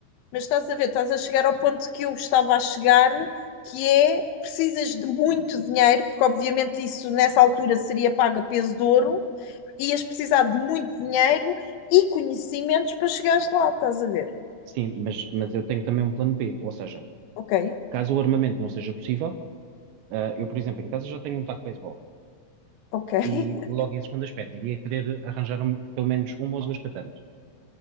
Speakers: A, on the left; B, on the right.
A: Mas estás a ver, estás a chegar ao ponto que eu estava a chegar, que é precisas de muito dinheiro, porque obviamente isso nessa altura seria pago a peso de ouro, ias precisar de muito dinheiro e conhecimentos para chegares lá, estás a ver?
B: Sim, mas, mas eu tenho também um plano B, ou seja,
A: Ok,
B: caso o armamento não seja possível, ah, eu, por exemplo, em casa já tenho um taco de beisebol
A: ok. <laughs>
B: e logo em segundo aspecto iria querer arranjar um- pelo menos uma ou duas katanas